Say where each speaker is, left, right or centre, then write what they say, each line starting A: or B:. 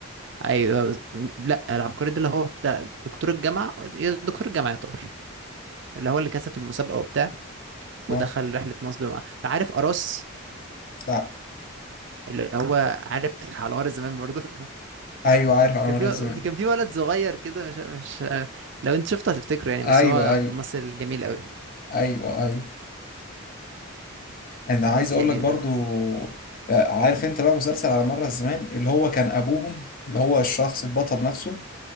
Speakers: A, on the right (about 55°); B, on the left (about 40°).
A: ايوه م- لا العبقري ده اللي هو بتاع دكتور الجامعه إيه، دكتور الجامعه يعتبر اللي هو اللي كسب في المسابقه وبتاع ودخل
B: اه
A: رحلة نصب مع عارف أراس
B: لا
A: اللي هو عارف <laughs> على مر الزمان برضه <laughs>
B: ايوه عارف على
A: كان
B: مر
A: في
B: الزمان
A: كان في ولد صغير كده مش مش لو انت شفته هتفتكره يعني بس
B: ايوه
A: هو
B: ايوه
A: ممثل جميل قوي
B: ايوه ايوه انا
A: بس
B: عايز اقول
A: يعني
B: لك برضو آه، عارف انت بقى مسلسل على مر الزمان اللي هو كان ابوهم اللي هو الشخص البطل نفسه